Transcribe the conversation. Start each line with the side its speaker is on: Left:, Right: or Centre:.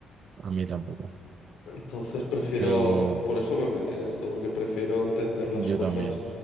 Right: A mí tampoco.
Left: Entonces prefiero,
Right: pero
Left: por eso me metí en esto, porque prefiero entender las
Right: yo
Left: cosas.
Right: también.